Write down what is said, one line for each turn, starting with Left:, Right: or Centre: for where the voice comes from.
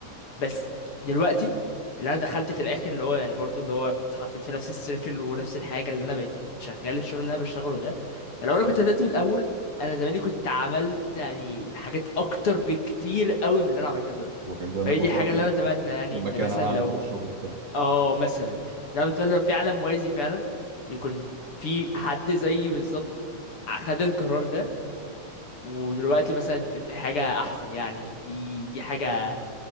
Left: بس دلوقتي اللي انا دخلت في الاخر اللي هو يعني برضو اللي هو اتحطيت في نفس السيركل ونفس الحاجه اللي انا بقيت شغال الشغل اللي انا بشتغله ده فلو انا
Right: اه
Left: كنت بدات من الاول انا زماني كنت عملت يعني حاجات اكتر بكتير قوي من اللي انا عملتها دلوقتي
Right: وكان زمانك
Left: فهي دي
Right: وصلت
Left: حاجه اللي
Right: ل-
Left: انا اتمنى يعني
Right: لمكانه
Left: ان مثلا
Right: اعلى
Left: لو
Right: في الشغل بتاعك
Left: اه مثلا اللي انا بتمنى لو في عالم موازي فعلا يكون في حد زيي بالظبط خد القرار ده ودلوقتي مثلا في في حاجه احسن يعني دي دي حاجه